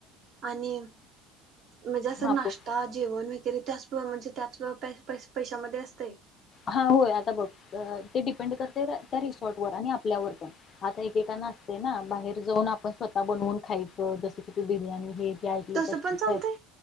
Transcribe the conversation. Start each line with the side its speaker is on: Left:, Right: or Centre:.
Right: आणि म्हणजे असं
Left: हा
Right: नाश्ता जेवण वगैरे ते अस किंवा म्हणजे त्याच पैश-पैशामध्ये असते.
Left: हा होय आता बघ ते डिपेंड करते त्या रिसॉर्टवर आणि आपल्यावर पण आता एकेकांना असते ना बाहेर जाऊन आपण स्वतः बनवून खायचं जसं कि बिर्याणी हे
Right: तसं पण चालतय